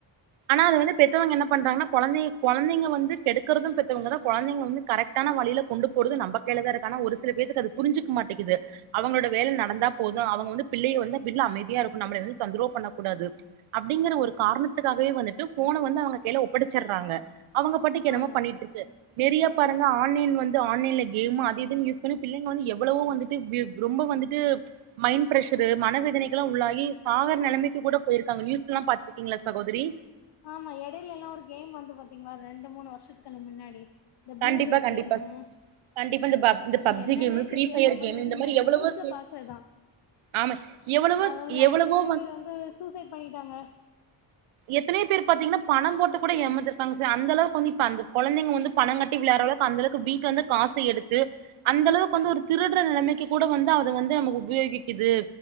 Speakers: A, on the right; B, on the left.
A: ஆனா அது வந்து பெத்தவங்க என்ன பண்றாங்கன்னா கொழந்தை கொழந்தைங்கள வந்து கெடுக்கறது பெத்தவங்கதா கொழந்தைங்க வந்து கரெக் டான வழியில கொண்டு போறது நம்ம கையிலதா இருக்கு அனா ஒரு சில பேத்துக்கு அத புரிஞ்சிக்க மாட்டேங்கிது அவங்களோட வேல நடந்தா போது அவங்க வந்து பிள்ளைக வந்து வீட்ல அமைதியா இருக்கு நம்ள எதுவு தொந்தரவு பண்ண கூடாது அப்டிங்கற ஒரு காரணத்துக்காகவே வந்துட்டு ஃபோன வந்து அவங்க கைல ஒப்படைச்சடறாங்க அவங்க பாட்டுக்கு என்னமோ
B: ஆமா
A: பண்ணிட்டுருக்கு நெறையா பாருங்க ஆன்லைன் வந்து ஆன்லைன்ல கேம் அது இதுன்னு யூஸ் பண்ணி பிள்ளைங்க வந்து எவ்ளவோ வந்து <unintelligible> ரொம்ப வந்துட்டு மைண்ட் பிரஷரு மன வேதனைகள்லா உள்ளாகி சாகர நெலமைக் கிகூட போயிருக்காங்க நியூஸல்லா பாத்துருக்கீங்களா சகோதரி
B: ஆமா எடையிலல்லா ஒரு கேம் வந்து பாத்தீங்களா ரெண்டு மூணு வருஷத்துக்குள்ள மின்னாடி இந்த ப்ளூவேல்
A: கண்டிப்பா கண்டிப்பா
B: கேமு
A: கண்டிப்பா இந்த பப் இந்த
B: அதெல்லா
A: பப்ஜி
B: என்னன்னே
A: கேமு ஃப்ரீ
B: தெரியாது
A: ஃபயர்
B: நம்ம
A: கேமு
B: <unintelligible>
A: இந்த மாரி எவ்வளவோ
B: நியூஸ்ல
A: கேம்
B: பாக்கறதா
A: ஆமா எவ்வளவோ
B: அது வெள்ளாடி
A: எவ்வளவோ
B: எத்தன பேர் வந்து சூசைட் பண்ணிட்டாங்க
A: எத்தனையோ பேர் பாத்தீங்கன்னா பணம் போட்ட கூட எமாந்துருக்காங்க சிஸ் அந்தளவுக்கு வந்து அந்த கொழந்தைங்க வந்து பணோங்கட்டி வெளையால்டறளவுக்கு அந்த அளவுக் க்கு வீட்ல வந்து காச எடுத்து அந்தளவுக்கு வந்து ஒரு திருடுற நெலமைக்கி கூட வந்து அத வந்து நமக்கு உபயோகிக்கிது